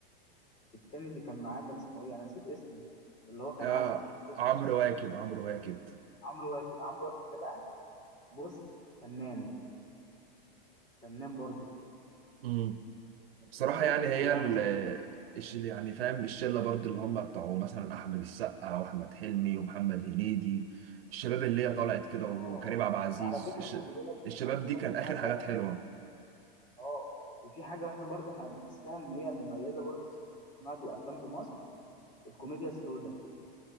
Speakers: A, on the left; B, on the right.
A: اللي كان معاه كان اسمه ايه انا نسيت اسمه اللي هو كان
B: يا
A: عشري شخصية
B: عمرو
A: عشري
B: واكد
A: الممثل
B: عمرو
A: ده اسمه
B: واكد
A: ايه عمرو واكد عمرو واكد ده بقى بص فنان فنان برضه
B: امم
A: فنان
B: بصراحه
A: وبص
B: يعني هي
A: بيعرف
B: ال
A: يعمل-
B: الش- يعني فاهم الشله برضه اللي هم بتاعوا مثلا احمد السقا واحمد حلمي ومحمد هنيدي الشباب اللي هي طلعت كده
A: اه
B: وكريم عبد العزيز
A: وعلى فكرة
B: الش...
A: خلي بالك
B: الشباب
A: وخلي بالك
B: دي كان
A: في
B: اخر
A: حاجة
B: حاجات حلوه
A: اه وفي حاجة واحد برضه انا بحسها ان هي مميزة برضه في صناعة الافلام في مصر الكوميديا السوداء